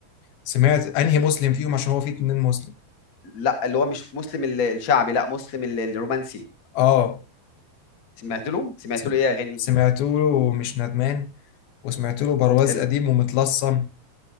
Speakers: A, on the left; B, on the left.
A: سمعت أنهي مسلم فيهم عشان هو فيه اتنين مسلم
B: لا اللي هو مش مسلم ال- الشعبي لا مسلم ال- الرومانسي
A: اه
B: سمعت له سمعت
A: سم-
B: له ايه يا غني
A: سمعت له ومش ندمان وسمعت له برواز
B: حلو
A: قديم ومتلصم